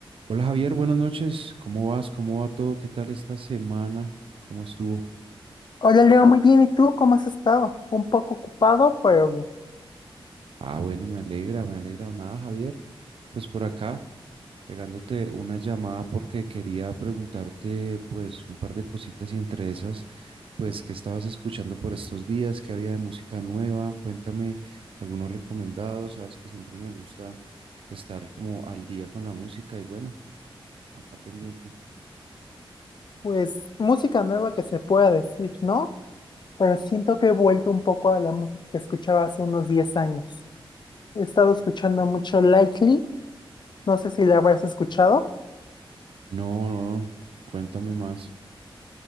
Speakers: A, on the right; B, on the left.
A: Hola Javier, buenas noches. ¿Cómo vas? ¿Cómo va todo? ¿Qué tal esta semana? ¿Cómo estuvo?
B: Hola Leo, muy bien. ¿Y tú cómo has estado? Un poco ocupado, pero bien.
A: Ah, bueno, me alegra, me alegra. Nada, Javier. Pues por acá, pegándote una llamada porque quería preguntarte pues un par de cositas y entre esas, pues qué estabas escuchando por estos días, qué había de música nueva. Cuéntame algunos recomendados. Sabes que siempre me gusta estar como al día con la música y bueno, acá pendiente.
B: Pues música nueva que se pueda decir, ¿no? Pero siento que he vuelto un poco a la música que escuchaba hace unos 10 años. He estado escuchando mucho Likely, no sé si la habrás escuchado.
A: No, no, no. Cuéntame más.